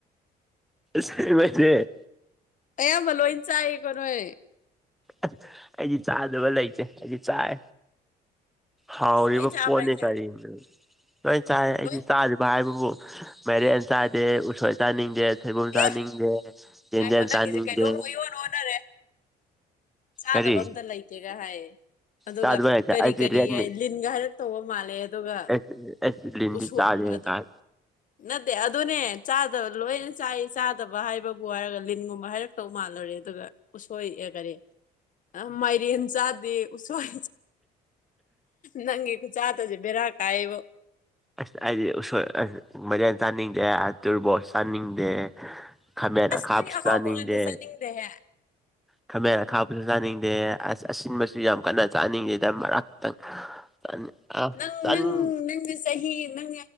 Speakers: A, in the centre; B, on the left (about 50°).
A: ꯁꯤ ꯃꯥꯏꯦ
B: ꯑ ꯌꯥꯝ ꯐ ꯂꯣ ꯏꯟ ꯆ ꯑꯩ ꯀꯅꯣꯣꯏꯦ
A: ꯑꯁ ꯑꯩꯗꯤ ꯆꯥꯗꯕ ꯂꯩꯁꯦ ꯑꯩꯗꯤ ꯆꯥꯏ ꯍꯥꯎꯔꯤꯕ
B: ꯂꯣꯏ ꯆꯥꯕ꯭ꯔꯥ
A: ꯄꯣꯠꯅꯤ
B: ꯍꯥꯏꯁꯦ
A: ꯀꯔꯤꯅꯣ ꯂꯣꯏ ꯆꯥꯏ ꯑꯩꯗꯤ
B: ꯂꯣꯏ
A: ꯆꯥꯗ꯭ꯔꯤꯕ ꯍꯥꯏꯕꯕꯨ ꯃꯥꯏꯔꯦꯟ ꯆꯥꯗꯦ ꯎꯁꯣꯏ ꯆꯥꯅꯤꯡꯗꯦ ꯁꯣꯏꯕꯨꯝ
B: ꯑꯦ
A: ꯆꯥꯅꯤꯡꯗꯦ
B: ꯉꯥꯏꯈꯣ
A: ꯌꯦ
B: ꯅꯪꯒꯤꯁꯦ
A: ꯆꯅꯤꯗꯦ
B: ꯀꯩꯅꯣꯝ ꯑꯣꯏꯌꯣꯟ ꯑꯣꯟꯅꯔꯦ ꯆꯥꯗꯕ
A: ꯀꯔꯤ
B: ꯑꯝꯇ ꯂꯩꯇꯦꯒ ꯍꯥꯏꯌꯦ ꯑꯗꯨꯒ
A: ꯆꯥꯗꯕ ꯂꯩꯇꯦ
B: ꯀꯔꯤ
A: ꯑꯩꯗꯤ
B: ꯀꯔꯤ
A: ꯔꯦꯠ
B: ꯍꯥꯏ
A: ꯃꯤꯠ
B: ꯂꯤꯟꯒ ꯍꯥꯏꯔ ꯇꯧꯕ ꯃꯥꯜꯂꯦ ꯑꯗꯨꯒ
A: <unintelligible>
B: ꯎꯁꯨꯣ
A: ꯆꯥꯗꯦꯍꯦ
B: ꯑꯗꯨ
A: ꯀꯥꯏ
B: ꯅꯠꯇꯦ ꯑꯗꯨꯅꯦ ꯆꯥꯗꯕ ꯂꯣꯏꯅ ꯆꯥꯏ ꯆꯥꯗꯕ ꯍꯥꯏꯕꯕꯨ ꯍꯥꯏꯔꯒ ꯂꯤꯟꯒꯨꯝꯕ ꯍꯥꯏꯔꯛ ꯇꯧ ꯃꯥꯜꯂꯨꯔꯦ ꯑꯗꯨꯒ ꯎꯁꯣꯏ ꯑꯦ ꯀꯔꯤ ꯃꯥꯏꯔꯦꯟ ꯆꯥꯗꯦ ꯎꯁꯣꯏ ꯅꯪ ꯈꯨꯨ ꯆꯥꯇꯁꯦ ꯕꯤꯔꯥ ꯀ ꯍꯥꯏꯕꯣ
A: ꯑꯁ ꯍꯥꯏꯗꯤ ꯎ ꯑꯁ ꯃꯔꯤꯟ ꯆꯥꯅꯤꯡꯗꯦ ꯇꯨꯔꯕꯣꯠ ꯆꯥꯅꯤꯡꯗꯦ ꯈꯃꯦꯔ
B: ꯑꯁ
A: ꯀꯥꯞꯁꯨꯆꯅꯤꯡꯗꯦ
B: ꯅꯪꯒꯤ ꯑꯍꯥꯎꯕ ꯉꯥꯛꯇ ꯆꯥꯅꯤꯡꯗꯦꯍꯦ
A: ꯈꯥꯃꯦꯟ ꯑ ꯈꯥꯕꯁꯨ ꯆꯥꯅꯤꯡꯗꯦ ꯑꯁ ꯑꯁꯤꯟꯕꯁꯨ ꯌꯥꯝ ꯀꯟꯅ ꯆꯥꯅꯤꯡꯗꯦꯗ ꯃꯔꯛꯇꯪ ꯆꯥꯅꯤꯡ ꯑ
B: ꯅꯪ
A: ꯆꯥꯅꯤꯡ
B: ꯅꯪ ꯅꯪꯁ ꯆꯍꯤ ꯅꯪ